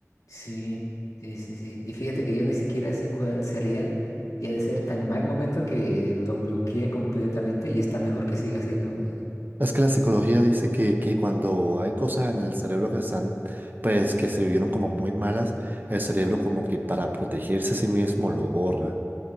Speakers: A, on the left (about 80°); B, on the right (about 35°).
A: Sí, sí, sí, sí. Y fíjate que yo ni siquiera sé cuál sería. Y ha de ser tan mal momento que lo bloqueé completamente y está mejor que siga así, ¿no? De-
B: Es que la psicología dice que, que cuando hay cosas en el cerebro que están, pues que se vivieron como muy malas, el cerebro como que para protegerse a sí mismo lo borra.